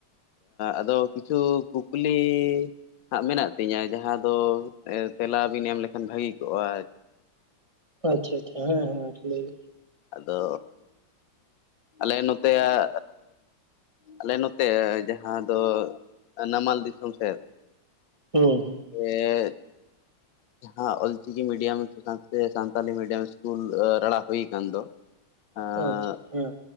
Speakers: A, on the left (about 80°); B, on the right (about 25°).
A: ᱟᱫᱚ ᱠᱤᱪᱷᱩ ᱠᱩᱠᱞᱤ ᱦᱟᱸᱜ ᱢᱮᱱᱟᱜ ᱛᱤᱧᱟᱹ ᱡᱟᱦᱟᱸ ᱫᱚ ᱛᱮᱞᱟ ᱵᱤᱱ ᱮᱢ ᱞᱮᱠᱷᱟᱱ ᱵᱷᱟᱹᱜᱤ ᱠᱚᱜᱼᱟ
B: ᱟᱪᱪᱷᱟ ᱟᱪᱪᱷᱟ ᱦᱮᱸ ᱦᱮᱸ ᱞᱟᱹᱭ
A: ᱟᱫᱚ ᱟᱞᱮ ᱱᱚᱛᱮᱭᱟᱜ ᱟᱞᱮ ᱱᱚᱛᱮ ᱡᱟᱦᱟᱸ ᱫᱚ ᱱᱟᱢᱟᱞ ᱫᱤᱥᱚᱢ ᱥᱮᱫ
B: ᱵᱤᱱ ᱦᱩᱸ
A: ᱮᱦᱜ ᱡᱟᱦᱟᱸ ᱚᱞᱪᱤᱠᱤ ᱢᱤᱰᱤᱭᱟᱢ ᱥᱟᱶᱛᱮ ᱥᱟᱱᱛᱟᱞᱤ ᱢᱤᱰᱤᱭᱟᱢ ᱤᱥᱠᱩᱞ ᱨᱟᱲᱟ ᱦᱩᱭ ᱢᱮᱱ ᱫᱚ ᱟᱸ
B: ᱟᱪᱪᱷᱟ ᱦᱮᱸ